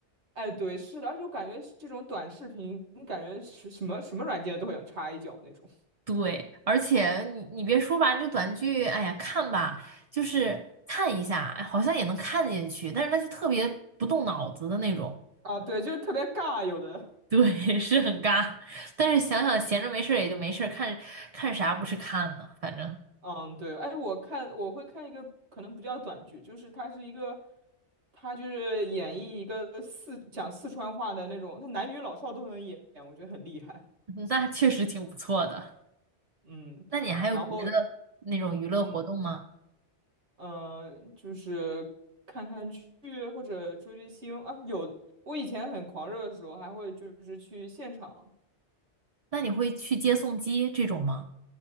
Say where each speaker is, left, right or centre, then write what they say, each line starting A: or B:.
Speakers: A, on the right; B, on the right.
A: 哎，对，是的，而且我感觉是这种短视频，感觉是什么什么软件都想插一脚那种
B: 对，而且你你别说吧，这短剧，哎呀，看吧，就是看一下，哎好像也能看进去，但是它就特别不动脑子的那种。
A: 啊，对，就是特别尬，有的，
B: 对，<laughs> 是很尬，但是想想闲着没事儿也就没事儿，看看啥不是看呢？反正
A: 嗯，对，哎，我看我会看一个可能不叫短剧，就是它是一个，它就是演绎一个四讲四川话的那种，它男女老少都能演，我觉得很厉害，
B: <laughs> 那确实挺不错的。
A: 嗯，
B: 那你还有别的那种娱乐活动吗？
A: 然后嗯呃，就是看看剧或者追追星啊，有，我以前很狂热的时候还会就是去现场。
B: 那你会去接送机这种吗？